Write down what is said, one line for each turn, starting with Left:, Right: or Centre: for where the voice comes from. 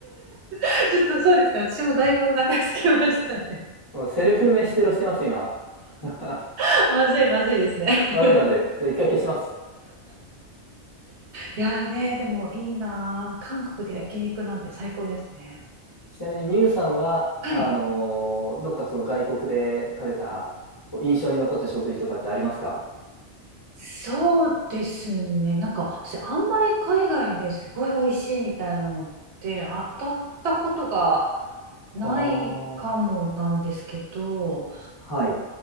Right: <laughs> ちょっとそうですね。私もだいぶお腹空きましたね。
Left: もうセルフ飯テロしてます、今。<laughs>
Right: <laughs> まずい、まずいですね。
Left: まずいまずい。
Right: <laughs>
Left: ちょっと一回消します。
Right: いやーね、でもいいなあ。韓国で焼肉なんて最高ですね。
Left: え、ちなみにみゆさんは、
Right: はい。
Left: あのーどっかその外国で食べた、こう印象に残った食事とかってありますか
Right: そうですね。なんか私あんまり海外ですごい美味しいみたいなのって当たったことがないかもなんですけど、
Left: ああー、はい。